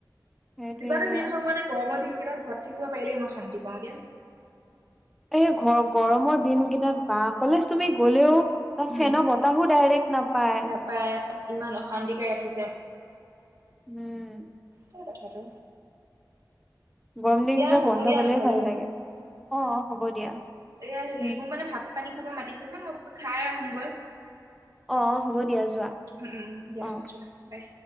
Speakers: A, in the centre; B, on the right.
A: সেইটোয়ে
B: যিমানে
A: দিয়া।
B: যি নহক মানে গৰমৰ দিন কেইটা ঘট- থাকিব পাৰিলেই মই শান্তিা পাওঁ দিয়া।
A: এই ঘৰ গৰমৰ দিন গেটাত বা কলেজ তুমি গলেও- ত
B: উম
A: ফেন বতাহো ডাইৰেক্ট নাপায়।
B: নাপায় ইমান অশান্তিকে ৰাখিছে
A: উম'
B: হয় কথাটো।
A: গৰম দিনকেইটা
B: দিয়া হ'ব
A: বন্ধ
B: দিয়া
A: পালে
B: নহলে
A: ভাল লাগে অ অ হ'ব দিয়া
B: এয়া হেৰি
A: উম
B: মোৰ মানে ভাত- পানী খাব মাতিছে যে মই খাই আহোঁগৈ।
A: অঁ অঁ হ'ব দিয়া যোৱা।
B: উম উম দিয়া
A: অঁ'
B: যোৱা বাই।